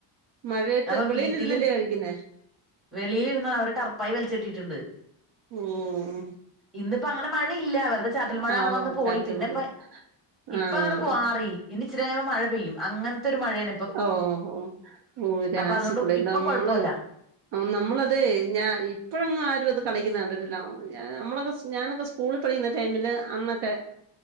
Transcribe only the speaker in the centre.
അപ്പൊ
വീട്ടില്
വെളിയിലിരുന്നാ അവര് ടറപ്പായി വൽച്ച് കെട്ടീട്ടുണ്ട്.
ഇന്ന്പ്പ അങ്ങനെ മഴയില്ലാ വെറ്തെ ചാറ്റൽ മഴ
അങ്ങ് വന്ന്
പോയി
പിന്നെപ്പ ഇപ്പ
അങ്ങനെ പാറി ഇനി ഇച്ചിരി കയ്യുമ്പോ മഴ പെയ്യും അങ്ങൻത്തെരു മഴേണ്
അതുകൊണ്ട് ഇപ്പൊ
കൊഴപ്പല്ല